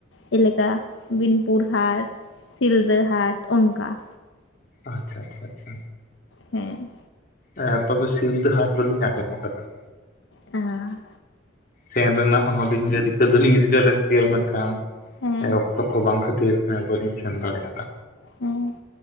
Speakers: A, on the left (about 80°); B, on the left (about 45°).
A: ᱡᱮᱞᱮᱠᱟ ᱵᱤᱱᱯᱩᱨ ᱦᱟᱴ, ᱥᱤᱞᱫᱟᱹ ᱦᱟᱴ ᱚᱱᱠᱟ᱾
B: ᱟᱪᱪᱷᱟ ᱟᱪᱪᱷᱟ ᱟᱪᱪᱷᱟ
A: ᱦᱮᱸ
B: ᱦᱮᱸ ᱛᱚᱵᱮ ᱥᱤᱞᱫᱟᱹ ᱦᱟᱴ ᱫᱚᱞᱤᱧ ᱟᱡᱚᱢ ᱟᱠᱟᱫᱟ᱾
A: ᱦᱚᱸ
B: ᱥᱮᱱ ᱨᱮᱱᱟᱜ ᱦᱚᱸᱞᱤᱧ ᱨᱤᱠᱟᱹ ᱫᱚᱞᱤᱧ ᱨᱤᱠᱟᱹ ᱞᱮᱫ ᱜᱮᱭᱟ ᱢᱮᱱᱠᱷᱟᱱ
A: ᱦᱮᱸ
B: ᱮᱸ ᱚᱠᱛᱚ ᱠᱚ ᱵᱟᱝ ᱠᱷᱟᱹᱛᱤᱨ ᱮ ᱵᱟᱹᱞᱤᱧ ᱥᱮᱱ ᱫᱟᱲᱮᱭᱟᱫᱟ᱾
A: ᱦᱮᱸ